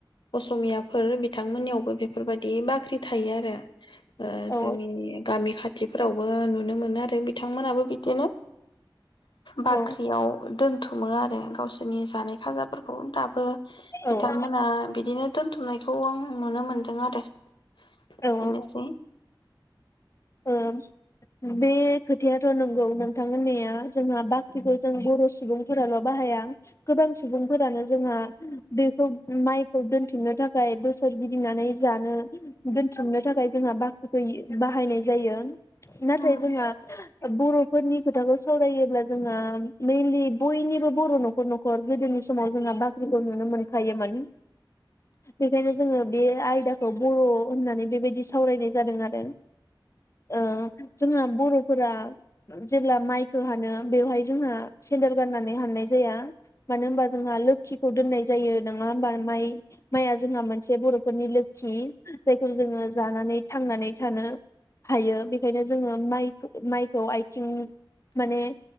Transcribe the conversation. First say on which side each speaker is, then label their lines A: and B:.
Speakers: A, on the left (about 65°); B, on the left (about 35°).
A: असमियाफोर बिथांमोननियावबो बेफोरबायदि बाख्रि थायो आरो। ओ
B: औ
A: जोंनि गामि खा थिफोरावबो नुनो मोनो आरो बि बिथांमोनाबो बिदिनो बाख्रियाव
B: औ
A: दोन बुथुमो आरो गावसोरनि जानाय खाजाफोरखौ दाबो।
B: औ
A: बिथांमोना बिदिनो दोन्थुमनायखौ आं नुनो मोन्दों आरो। बिनोसै।
B: औ औ बे खोथायाथ नोंगौ नोंथां। मोन्नाया जोंहा बाख्रिखौ जों बर' सुबुंफोराल' बाहाया। गोबां सुबुंफोरानो जोंहा बेखौ माइखौ दोन्थुमनो थाखाय बोसोर गिदिंनानै जानो दोन्थुमनो थाखाय जोंहा बाख्रिखौ बाहायनाय जायो। नाथाय
A: उम
B: जोंहा बर'फोरनि खोथाखौ सावरायोब्ला जोंहा मोइनलि बयनिबो बर नख'र नख'र गोदोनि समाव जोंहा बाख्रिखौ नुनो मोनखायोमोन। बेखायनो जोङो बे आयदाखौ बर' होन्नानै बेबायदि सावरायनाय जादों आरो। ओं जोंहा ब'रफोरा जेब्ला माइखौ हानो बेवहाय जोंहा सेन्देल गान्नानै हान्नाय जाया। मानो होनबा जोंहा लोखिखौ दोन्नाय जायो नङा होमबा माइ माइआ जोंहा मोनसे मोनसे बर'फोरनि लोखि जायखौ जोङो जानानै थांनानै थानो। हायो बेखायनो जोङो माइ माइखौ आयथिं माने